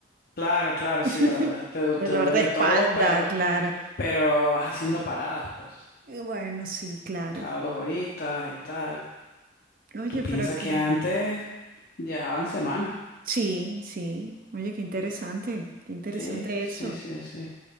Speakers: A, on the left (about 50°); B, on the right (about 45°).
A: Claro, claro,
B: <laughs>
A: sí, la verdad, te, du-
B: Dolor
A: te duele
B: de espalda,
A: todo, pero,
B: claro.
A: pero vas haciendo paradas, pues,
B: Eh, Bueno, sí, claro.
A: cada dos horitas y tal.
B: Oye,
A: Tú piensas
B: pero qué.
A: que antes viajaban semanas,
B: Sí, sí. Oye, qué interesante, qué interesante
A: sí, sí,
B: eso.
A: sí, sí,